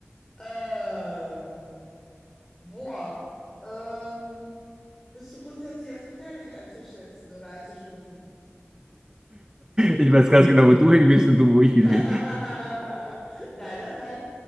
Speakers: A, on the left; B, on the right.
A: Ähm, boah, ähm, bist du grundsätzlich als gefährlich einzuschätzen oder einzustufen?
B: Ich weiß ganz genau, wo du hin willst und du, wo ich hin
A: <laughs>
B: will.
A: Nein, nein, nein.